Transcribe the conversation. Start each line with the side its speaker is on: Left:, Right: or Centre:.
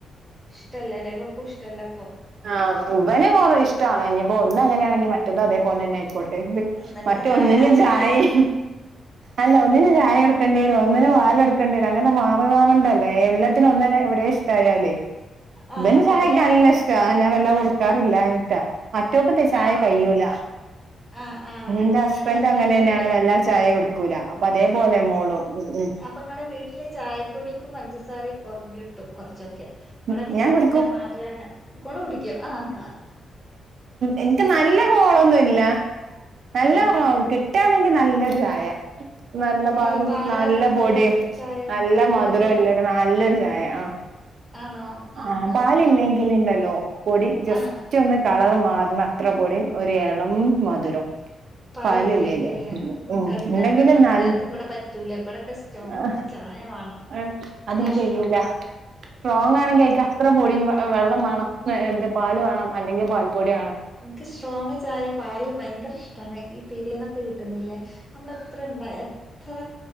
Centre: ഇഷ്ടല്ലലേ ഇവക്കും ഇഷ്ടല്ല അപ്പൊ
Right: ആ ഇവനും കുറെ ഇഷ്ടാണ് ഇനിയിപ്പോ ഒന്നങ്ങനെയാണെങ്കി മറ്റേതതേപോലെ തന്നെ ആയിക്കോ
Centre: എന്നാ പിന്നെ
Right: മറ്റ്
Centre: ചായ
Right: ഒന്നിന്
Centre: കാച്ചണ്ടല്ലോ
Right: ചായേം അല്ല ഒന്നിന് ചായ എടുക്കേണ്ടി വരും ഒന്നിന് പാല് എടുക്കേണ്ടി വരും അങ്ങനെ മാറി മാറേണ്ടല്ലോ എല്ലാത്തിനും ഒന്നന്നെ യാലേ
Centre: ആഹ്
Right: ഇബന് ചായെക്കാ
Centre: അതാണ്
Right: നല്ല ഇഷ്ട്ട ഞാൻ വല്ലാതെകൊടുക്കാറില്ലാഞ്ഞിട്ടാ മറ്റോക്കെന്താ ചായ
Centre: ആണോ
Right: കയൂല
Centre: ആഹ് ആഹ് അങ്ങനെല്ലേ
Right: ന്റെ ഹസ്ബൻറ്
Centre: ഇനി
Right: അങ്ങനെ
Centre: അപ്പൊ
Right: തന്നെ
Centre: ഇവ
Right: ആണ് വല്ലാ ചയ കുടിക്കണത് ല അപ്പോൾ അതെ പോലെ മോളും ഉം
Centre: ഇപ്പ ങ്ങളെ വീട്ടില് ചായപ്പൊടിക്കും പഞ്ചസാരയും കൊറഞ്ഞിട്ടും കൊ റച്ചൊക്കെ ഇവിടൊക്കെ
Right: ഉം ഞാൻ
Centre: ചായന്റെ
Right: കുടിക്കും
Centre: മരണ് മോൾ കുടിക്കോ ആഹ
Right: എൻക്ക് നല്ല കോളോന്നുല്ല നല്ല
Centre: ആഹ്
Right: കാൾ
Centre: ആഹ്
Right: ഓൾക് ട്ടാണെങ്കിൽ നല്ലൊരു ചായ നല്ല പാലും
Centre: അല്ല പാലർന്നിട്ടുള്ള
Right: നല്ല പൊടിയും
Centre: കുടി ചായയാണോ
Right: നല്ല മധുരള്ളൊരു
Centre: കുടിക്ക
Right: നല്ലൊരു ചായ ആഹ
Centre: ആണോ ആഹ്
Right: ആഹ
Centre: ആഹ്
Right: പാല് ഇല്ലെങ്കിൽ ഇണ്ടല്ലോ പൊടി ജസ്സ്
Centre: ആഹ്
Right: ചൊന്ന് ‌ ഒന്ന് കളർ മാറണ അത്ര പൊടി ഒരു എളം മധുരം
Centre: പാലില്ലെങ്കിലല്ലേ
Right: പാല് ഇല്ലേല്ലേ
Centre: ഉം
Right: ഉ
Centre: കടുങ്ങാലി
Right: ഉണ്ടെങ്കില്
Centre: വെള്ളം
Right: നല്ല
Centre: അതൊന്നും ഇവിടെ പറ്റൂല ഇവിടൊക്കെ സ്ട്രോങ്
Right: <inaudible> ആഹ
Centre: ചായ വേണം
Right: ഏ അതിനി
Centre: അതാ ഇഷ്ടം
Right: കയൂല സ്ട്രോങ് ആണെങ്കി അയിക്കാം എത്ര പൊടിയും വെള്ളം വേണം എന്ത് പാല് വേണം അല്ലെങ്കിൽ പാൽ പൊടി വേണം
Centre: ഇക്ക് സ്ട്രോങ്ങ് ചായ പാല് ഭയങ്കര ഇഷ്ടാണ് ഈ പീഡിയെന്ന് ഒക്കെ കിട്ടുന്ന് ഇല്ലേ നമ്മള് എത്ര ഇണ്ട എത്ര